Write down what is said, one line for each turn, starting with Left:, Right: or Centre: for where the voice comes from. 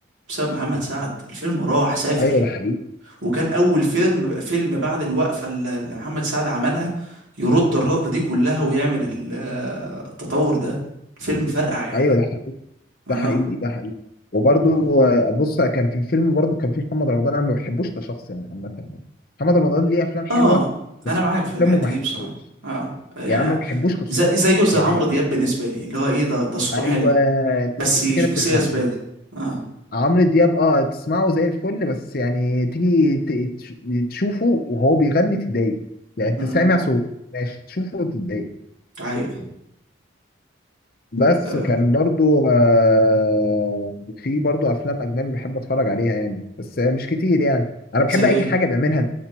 Right: بسبب محمد سعد الفيلم راح سافر
Left: ايوه ده حقيقي
Right: وكان اول فيلم فيلم بعد الوقفه اللي اللي محمد سعد عملها يرد الرده دي كلها ويعمل ال- آه، التطور ده فيلم فرقع يعني
Left: ايوه ده
Right: اه
Left: ده حقيقي ده حقيقي وبرضو آه، بص كان في الفيلم برضو كان في محمد رمضان انا ما بحبوش كشخص يعني عامه يعني محمد رمضان ليه افلام حلوه
Right: اه
Left: بس
Right: انا معاك
Left: في
Right: في
Left: افلامه
Right: الحته
Left: ما بحبوش
Right: دي بصراحه اه يعني
Left: يعني انا ما بحبوش كشخص
Right: زي زيه زي
Left: يعني
Right: عمرو
Left: يعني-
Right: دياب بالنسبه لي اللي هو ايه ده ده صوته
Left: ايوه
Right: حلو بس
Left: انت
Right: شخصيه
Left: كده بتفهم
Right: زباله اه
Left: عمرو دياب اه تسمعه زي الفل بس يعني تيجي ت- تش- تشوفه وهو بيغني تتضايق يعني انت
Right: امم
Left: سامع صوت ماشي تشوفه وتتضايق
Right: حقيقة
Left: بس
Right: آه.
Left: كان برضو آه في برضو افلام اجنبي بحب اتفرج عليها يعني بس مش كتير يعني انا بحب
Right: زي ايه
Left: اي حاجه بيعملها